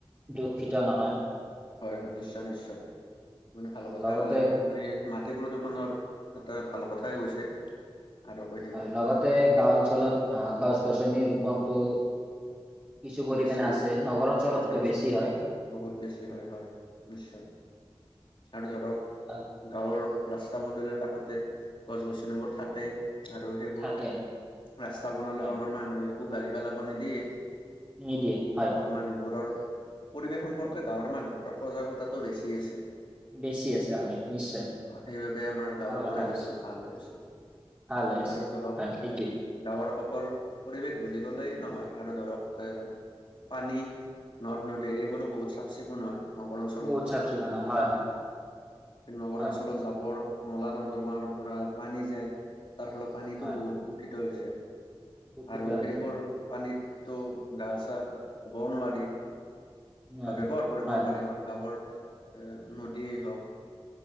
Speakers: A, on the right; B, on the left.
A: দুখিটা নহয়।
B: হয়, হয়, নিশ্চয়-নিশ্চয়। আপুনি ভাল কথা
A: লগতে
B: কলে, আপুনি মাটি প্ৰদূষণৰ এটা ভাল কথাই কৈছে। আৰু কৈ দিব
A: হয়, লগতে গাও অঞ্চলত আহ গছ গছনি ৰোপনটো কিছু পৰিমাণে
B: বেছি আছে।
A: নগৰ অঞ্চলতকৈ
B: আছে-আছে
A: বেছি হয়
B: বহুত বেছি। হয়, হয় নিশ্চয়। আৰু ধৰক
A: হয়
B: গাঁৱৰ ৰাস্তা পদূলিৰ কাষতে গছ গছনিবোৰ থাকেই। আৰু সেইবোৰ
A: থাকে
B: ৰাস্তা বনালেও
A: হয়
B: আমাৰ মানুহে উঘালি পেলাব নিদিয়ে।
A: নিদিয়ে। হয়
B: গাঁৱৰ মানুহবোৰৰ পৰিৱেশ সম্পৰ্কে গাঁৱৰ মানুহবোৰৰ সজাগতাটো বেছি আছে।
A: বেছি আছে হয় নিশ্চয়
B: সেইবাবে আমাৰ গাঁৱৰ
A: ভাল কথা
B: পৰিৱেশটো
A: কৈছে
B: ভাল হৈ আছে।
A: ভাল লৈ আছে
B: আৰু ধৰক
A: হয় এইটোৱেই।
B: গাঁৱৰ অকল পৰিৱেশ বুলি ক'লেই নহয়, আৰু ধৰক। পানী নদ- নদী এইবোৰো বহুত চাফ চিকুণ হয়। নগৰ অঞ্চলতকৈ
A: বহুত চাফ চিকুণ হয় হয়
B: নগৰ
A: হয় হয়
B: অঞ্চলত জাৱৰ। নলা নৰ্দমাৰ পৰা পানী যায় তাৰ ফলত পানীতো
A: হয়
B: বহুত দূষিত হৈ যায়।
A: দূষিত
B: আৰু
A: হৈ
B: সেইবোৰ
A: যায়
B: পানীততো গা চা ধুবও নোৱাৰি?
A: হয়
B: বা ব্যৱহাৰ কৰিব
A: হয়
B: নোৱাৰি আমাৰ গাঁৱৰ। এ নদীয়ে হওক